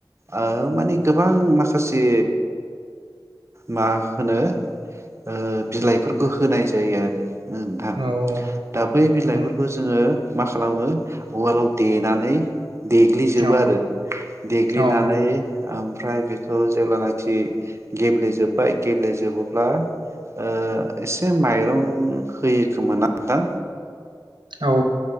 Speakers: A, on the right; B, on the right.
A: ओ माने गोबां माखासे मा होनो ओ बिलाइफोरखौ होनाय जायो आरो ओं नोंथां
B: औ औ
A: दा बै बिलाइफोरखौ
B: उम
A: जोङो मा खालामो उवालाव देनानै देग्लिजोबो
B: औ
A: आरो देग्लिनानै
B: औ
A: ओमफ्राय बेखौ जेब्लानाखि गेब्लेजोबबाय गेब्ले जबोब्ला ओ एसे माइरं होयोखोमा ना नोंथां?
B: औ औ